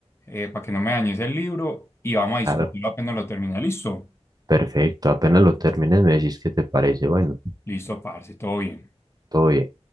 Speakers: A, on the left; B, on the right.
A: eh, para que no me dañes el libro y vamos a discutirlo
B: claro.
A: apenas lo termine. ¿Listo?
B: Perfecto, apenas lo termines me decís qué te parece. Bueno,
A: Listo, parce, todo bien.
B: todo bien.